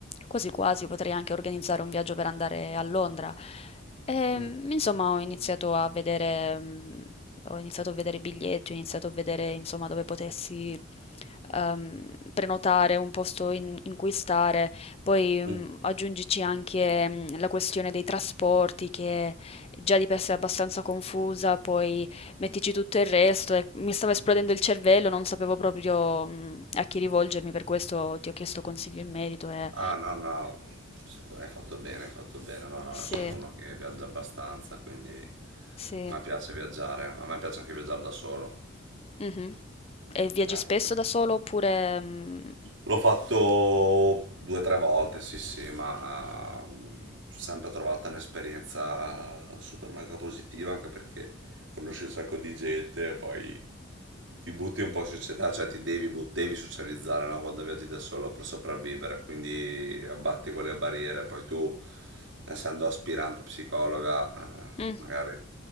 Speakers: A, on the left; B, on the right.
A: Quasi quasi potrei anche organizzare un viaggio per andare a Londra". Ehm,
B: mm,
A: insomma ho iniziato a vedere mhmm, ho iniziato a vedere i biglietti, ho iniziato a vedere insomma dove potessi, ehm, prenotare un posto in in cui stare. Poi,
B: mm.
A: mhmm, aggiungici anche, mhmm, la questione dei trasporti che già di per sé è abbastanza confusa, poi Mettici tutto il resto e mi stava esplodendo il cervello, non sapevo proprio, mhmm, a chi rivolgermi, per questo ti ho chiesto consigli in merito e
B: Ah, no, no, sicur- hai fatto bene, hai fatto bene. No, no,
A: Sì,
B: sono uno che viaggia abbastanza, quindi a
A: sì.
B: me piace viaggiare, a me piace anche viaggiare da solo.
A: Mh-mh. E viaggi
B: Eh,
A: spesso
B: proprio.
A: da solo oppure, mhmm
B: L'ho fatto due o tre volte, sì, sì, ma mm, sempre trovata un'esperienza super mega positiva, anche perché conosci un sacco di gente e poi ti butti un po' in società, cioè ti devi, but- devi socializzare no? quando viaggi da solo per sopravvivere, quindi abbatti quelle barriere. Poi tu, essendo aspirante psicologa, eh,
A: mh,
B: magari